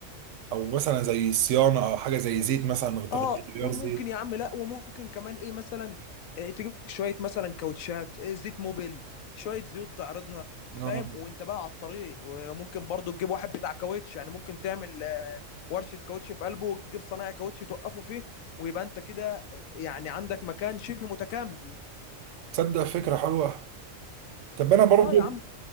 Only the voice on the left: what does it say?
اه وممكن
يا عم لا وممكن كمان ايه مثلا آه، تجيب لك شويه مثلا كاوتشات آه، زيت موبيل شويه زيوت تعرضها فاهم
وانت بقى على الطريق وممكن برضو تجيب واحد بتاع كاوتش يعني ممكن تعمل آه، ورشه كاوتش في قلبه وتجيب صنايعي كاوتش توقفه فيه ويبقى انت كده آه، يعني عندك مكان شبه متكامل
اه يا عم